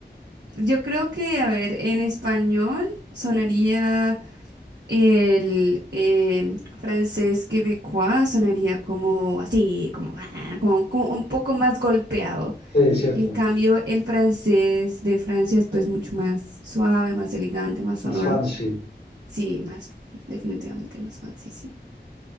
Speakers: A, on the right; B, on the left.
A: Yo creo que, a ver, en español sonaría el eh, francés quebecois, sonaría como así, como, ah, como, como un poco más golpeado.
B: Sí, es cierto,
A: En cambio, el francés de Francia es pues mucho más suave, más elegante, más sonoro.
B: más fancy.
A: Sí, más, definitivamente más fancy, sí.